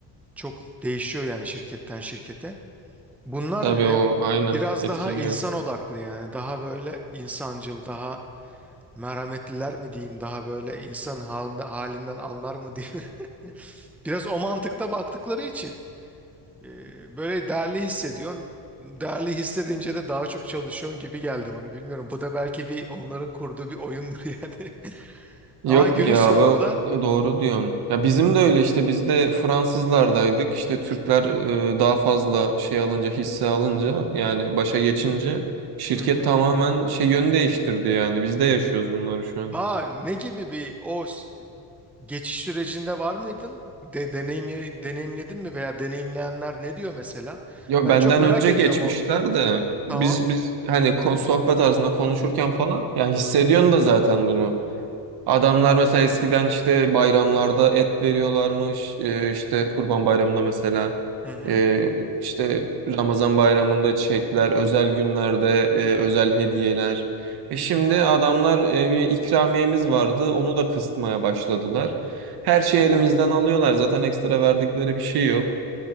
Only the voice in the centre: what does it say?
çok değişiyor yani şirketten şirkete. Bunlar
e,
biraz
daha insan odaklı yani daha böyle insancıl, daha merhametliler mi diyeyim, daha böyle insan halinde, halinden anlar mı diyeyim. <laughs> Biraz o mantıkta baktıkları için. Ee, böyle değerli hissediyorsun. Değerli hissedince de daha çok çalışıyorsun gibi geldi bana. Bilmiyorum. Bu da belki bir onların kurduğu bir oyundur <laughs> yani.
Ama günün
sonunda
hı hı.
Aa, ne gibi bir o s- geçiş sürecinde var mıydın? De, deneyim, deneyimledin mi veya deneyimleyenler ne diyor mesela?
Ben
çok merak
ediyorum
o.
Tamam.
Hı hı.